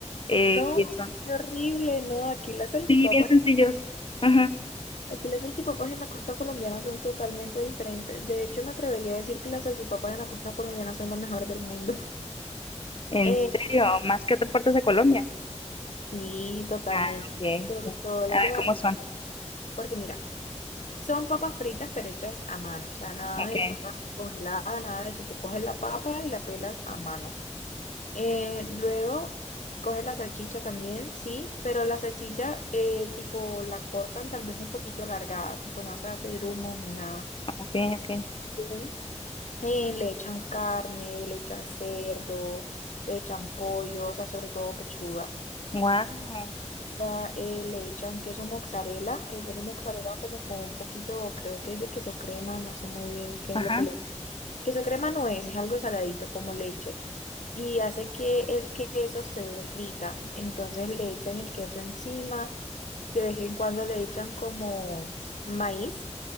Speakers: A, on the left; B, on the left.
A: eh,
B: No,
A: que son,
B: qué horrible, no, aquí las salchipapas,
A: sí, bien sencillos. Ajá.
B: aquí las salchipapas en la costa colombiana son totalmente diferentes. De hecho, me atrevería a decir que las salchipapas en la costa colombiana son las mejores del mundo. <laughs>
A: En
B: Eh,
A: serio, más que otras partes de Colombia.
B: sí, totalmente.
A: Ah, ok,
B: Sobre
A: ok.
B: todo las
A: A ver
B: de Barranquilla.
A: cómo son.
B: Porque mira, son papas fritas pero hechas a mano. O sea, nada
A: Ok,
B: de papas congeladas, nada de eso. Tú coges la papa y la pelas a mano. Eh, luego coges la salchicha también, sí, pero la salchicha eh, tipo la cortan tal vez un poquito alargada, tipo no se hace grumos ni nada.
A: ok, ok.
B: Ujú. Eh, le echan carne, le echan cerdo, le echan pollo, o sea, sobre todo pechuga.
A: Wow.
B: Va, eh, le echan queso mozzarella, el queso mozzarella como con un poquito, creo que es de queso crema, no sé muy bien qué
A: Ajá.
B: es lo que le Queso crema no es, es algo saladito como leche y hace que el queso se derrita. Entonces le echan el queso encima, de vez en cuando le echan como maíz,